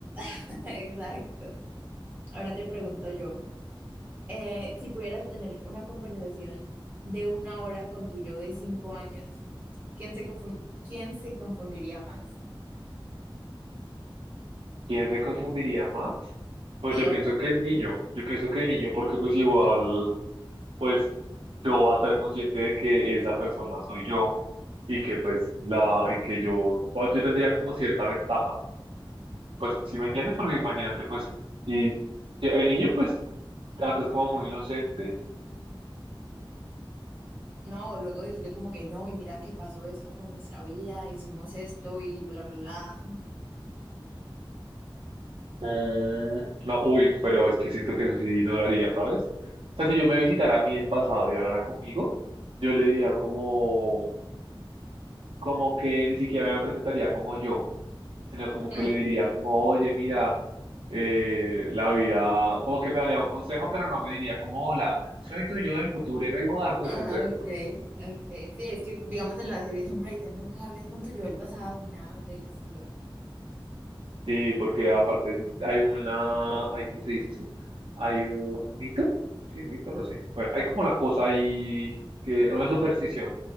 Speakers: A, on the right; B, on the right.
A: <laughs> exacto. Ahora te pregunto yo, Eh, si pudieras tener una conversación de una hora con tu yo de cinco años, ¿quién se confun- quién se confundiría más?
B: ¿Quién se confundiría más? Pues
A: Sí,
B: yo
A: o
B: pienso
A: sea,
B: que el niño, yo pienso que el niño, porque pues igual, pues yo voy a estar consciente de que esa persona soy yo y que pues la, y que yo, bueno, yo tendría como cierta ventaja. Pues si me entiendes, porque imagínate, pues si, si el niño pues antes como muy inocente.
A: no, luego decirle como que no, y mira que pasó esto con nuestra vida, hicimos esto y bla, bla, bla.
B: Mm, no, uy, pero es que siento que eso sí no lo haría, ¿sabes? O sea, si yo me visitara a mí el pasado y hablara conmigo, yo le diría como... como que ni siquiera me presentaría como yo, sino como
A: Mm,
B: que le diría como, oye, mira, eh, la vida, como que me daría un consejo, pero no me diría como, hola, soy tu yo del futuro y vengo a darte
A: Ah,
B: un consejo,
A: ok,
B: ¿no?
A: ok. Sí, es que digamos en la serie siempre dicen nunca hables con tu yo del pasado ni nada del estilo.
B: Sí, porque aparte hay una, hay, ¿cómo se dice eso? Hay un mito, sí, mito, no sé. Bueno, hay como una cosa ahí, que, una superstición,